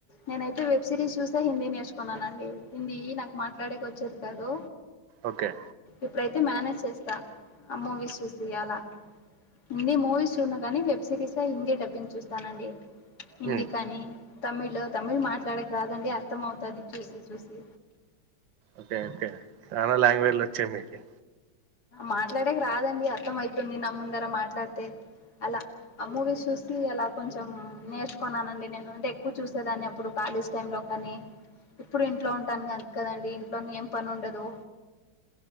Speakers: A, on the left; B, on the right.
A: నేనైతే వెబ్ సిరీస్ చూస్తే హిందీ నేర్చుకున్నానండి హిందీ నాకు మాట్లాడేకి వచ్చేది కాదు
B: ఓకే
A: ఇప్పుడైతే మేనేజ్ చేస్తా ఆ మూవీస్ చూ సి అలా హిందీ మూవీస్ చూడను గాని వెబ్ సిరీస్ ఏ హిందీ డబ్బింగ్ చూస్తానండి హిందీ
B: ఉమ్,
A: కానీ తమిళ్ తమిళ్ మాట్లాడక రాదండి అర్థం అవుతది చూసి చూసి
B: ఓకే ఓకే చనా లాంగ్వేజ్ లో వచ్చాయి మీకి
A: మాట్లాడేకి రాదండి అర్థం అవుతుంది నా ముందర మాట్లాడితే అలా ఆ మూవీస్ చూసి అలా కొంచెం నేర్చుకున్నానండి నేను అంటే ఎక్కువ చూసేదాన్ని అప్పుడు కాలేజ్ టైమ్ లో కానీ ఇప్పుడు ఇంట్లో ఉంటాను అంత కదండి ఇంట్లో ఏం పని ఉండదు